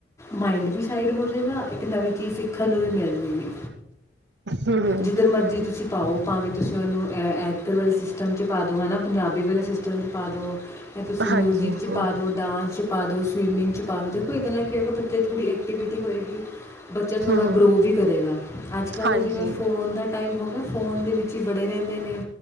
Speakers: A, on the left; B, on the right.
A: ਮਾਇੰਡ ਵੀ ਸਾਈਡ ਹੋਜੇਗਾ, ਇੱਕ ਨਵੀਂ ਚੀਜ਼ ਸਿੱਖ ਖਣ ਨੂੰ ਵੀ ਮਿਲ ਜਏਗੀ,
B: ਹਮ ਹਮ
A: ਜਿੱਧਰ ਮਰਜ਼ੀ ਤੁਸੀਂ ਪਾਓ। ਭਾਵੇਂ ਤੁਸੀਂ ਉਹਨੂੰ ਅ ਅ ਘਰ ਵਾਲੀ ਸਿਸਟਮ ਚ ਪਾ ਹਨ ਨਾ, ਪੰਜਾਬੀ ਬਾਰੇ ਸਿਸਟਮ? ਪਾਦੋ। ਜਾਂ ਤੁਸੀਂ ਮਿਊਜ਼ਿਕ
B: ਹਾਂਜੀ ਹਾਂਜੀ
A: 'ਚ ਪਾ ਦਿਓ, ਡਾਂਸ 'ਚ ਪਾ ਦਿਓ, ਸਵੀਮਿੰਗ ਪਾਲੋ ਦੇ ਇਹਦੇ ਨਾਲ ਕੀ ਹੈਗਾ? ਬੱਚੇ ਥੋੜ੍ਹੀ ਐਕਟੀਵਿਟੀ ਹੋਏਗੀ, ਬੱਚਾ ਥੋੜ੍ਹਾ
B: ਹਮ ਹਮ
A: ਗਰੋ ਵੀ ਕਰੇਗਾ। ਅੱਜ-ਕੱਲ੍ਹ
B: ਹਾਂਜੀ
A: ਦਾ ਜਿਵੇਂ ਫ਼ੋਨ ਦਾ ਟਾਈਮ ਹੋ ਗਿਆ, ਫੋਨ ਦੇ ਵਿੱਚ ਹੀ ਬੜੇ ਰਹਿੰਦੇ ਨੇ